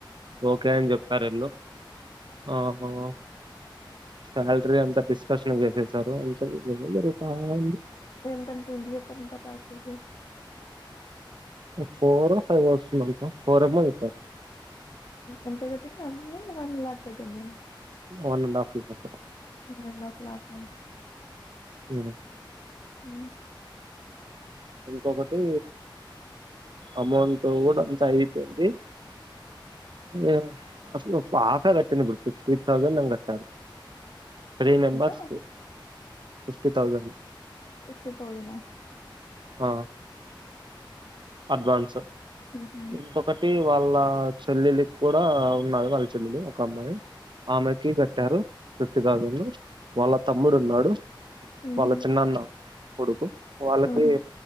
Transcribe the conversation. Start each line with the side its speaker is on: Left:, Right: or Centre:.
Right: ఓకే అని చెప్పారు <unintelligible> సాలరీ అంత డిస్కషన్ చేసేసారు అంత <unintelligible> ఉంది
Left: ఎంతంట ఎంత చెప్పారంట ప్యాకేజు
Right: ఫోరో ఫైవో వస్తుందంట ఫోరెమో <unintelligible>
Left: ఎంత కట్టింది అమ్మాయి వన్ లాక్ కట్టింద
Right: one and half lakh
Left: one and half lakh ఆ
Right: ఉ
Left: ఊ
Right: ఇంకొకటి అమౌంట్ కూడా అంతా అయిపోయింది హే అసలు ఆఫే కట్టింది ఇప్పుడు ఫిఫ్టీ థౌసండ్ ఏమే కట్టరూ త్రీ మెంబర్స్కి
Left: ఎంత
Right: ఫిఫ్టీ థౌజండ్
Left: సిక్స్టీ తౌసండ్ నా
Right: ఆ అడ్వాన్సు
Left: ఉహు
Right: ఇంకొకటి వాళ్ళ చెల్లెలికి కూడా ఉన్నాది వాళ్ళ చెల్లెలు ఒక అమ్మాయి ఆమెకి కట్టారు ఫిఫ్టి తౌసండ్ వాళ్ళ తమ్ముడు ఉన్నాడు.
Left: ఉహు
Right: వాళ్ళ చిన్నన్న కొడుకు వాళ్ళకి
Left: ఉహు